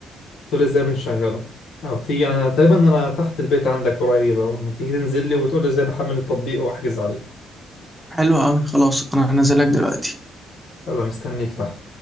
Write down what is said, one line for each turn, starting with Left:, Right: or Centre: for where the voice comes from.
Left: تقول إزاي بنشغله أو تيجي أنا تقريبا أنا تحت البيت عندك قريب أهو ما تيجي تنزل لي وتقول لي إزاي بحمل التطبيق وأحجز عليه
Centre: حلو قوي خلاص انا هنزلك دلوقتي
Left: يلا مستنيك تحت